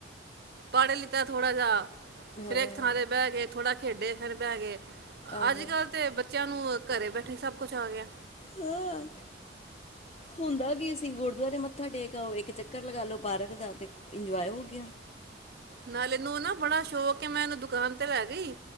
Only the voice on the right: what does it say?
ਪੜ ਲਿੱਤਾ ਥੋੜਾ ਜਿਹਾ
ਫਿਰ ਇੱਕੇ ਥਾਂ ਤੇ ਬਹਿ ਕੇ ਥੋੜ੍ਹਾ ਖੇਡੇ ਫਿਰ ਬਹਿ ਗਏ
ਅੱਜ ਕਲ ਤੇ ਬੱਚਿਆਂ ਨੂੰ ਘਰੇ ਬੈਠੇ ਸਭ ਕੁਛ ਆ ਗਿਆ
ਨਾਲੇ ਇਨੂੰ ਬੜਾ ਸ਼ੌਕ ਮੈਂ ਇਹਨੂੰ ਦੁਕਾਨ ਤੇ ਲੈ ਗਈ